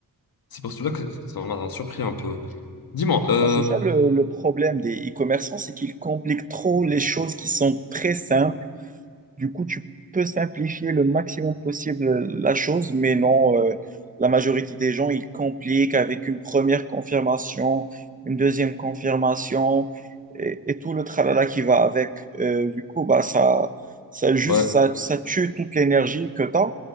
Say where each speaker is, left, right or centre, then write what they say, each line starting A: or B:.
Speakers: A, on the left; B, on the right.
A: C'est pour cela que ça m'a surpris un peu. Dis-moi, euh,
B: Bah, c'est ça le, le problème des e-commerçants, c'est qu'ils compliquent trop les choses qui sont très simples Du coup, tu peux simplifier le maximum possible la chose, mais non, euh, la majorité des gens, ils compliquent avec une première confirmation, une deuxième confirmation et, et tout le tralala qui va avec. Euh, du coup, bah, ça, ça juste,
A: ouais.
B: ça, ça tue toute l'énergie que tu as